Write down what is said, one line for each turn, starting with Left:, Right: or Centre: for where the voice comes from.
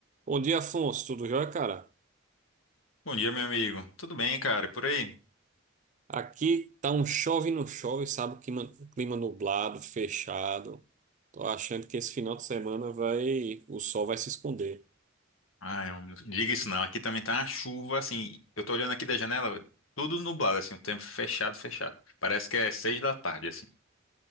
Right: Bom dia, Afonso. Tudo jóia, cara?
Left: Bom dia, meu amigo. Tudo bem, cara? E por aí?
Right: Aqui tá um chove e não chove, sabe? Clima, clima nublado, fechado. Tô achando que esse final de semana vai, o sol vai se esconder.
Left: Ah, é um... minuto. diga isso não. Aqui também tá uma chuva, assim. Eu tô olhando aqui da janela, tudo nublado, assim, o tempo fechado, fechado. Parece que é seis da tarde, assim.